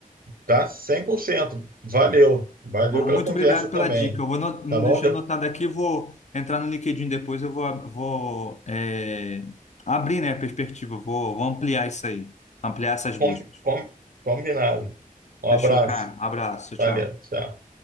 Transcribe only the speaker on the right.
tá cem por cento Valeu. Valeu
pela
conversa
também.
Tá bom?
De-
com-
com- combinado. Um
abraço.
Valeu. Tchau.